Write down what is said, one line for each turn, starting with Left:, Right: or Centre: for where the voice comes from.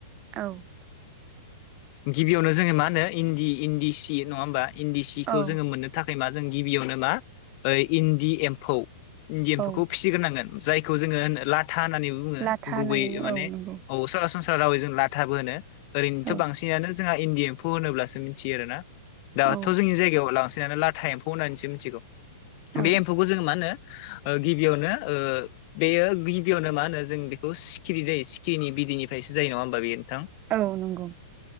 Right: औ
Left: गिबियावनो जोङो मा होनो इन्दि इन्दि सि नङा होमबा इन्दि सिखौ
Right: औ
Left: जोङो मोननो थाखाय मा जों गिबियावनो मा ओ इन्दि एम्फौ इन्दि एम्फौखौ
Right: औ
Left: फिसिग्रोनांगोन जायखौ जोङो होनो लाथा होननानै बुङो
Right: लाथा
Left: गुबै
Right: होननानै बुङो
Left: माने
Right: औ नंगौ
Left: सरासनस्रा रावै जों लाथाबो होनो ओरैनोथ'
Right: औ
Left: बांसिनानो जोंहा इन्दि एम्फौ होनोब्लासो मिथियो आरो ना दाथ'
Right: औ
Left: जोंनि जायगायाव लांसै लाथा एमफौ एम्फौ होननानैसो मिथिगौ
Right: औ
Left: बे एम्फौखौ जोङो मा होनो गिबियावनो बेयो गिबियावनो मा होनो जों बेखौ सिखिरि दै सिखिरिनि बिदैनिफ्रायसो जायो नङा होमबा बे नोंथां
Right: औ नंगौ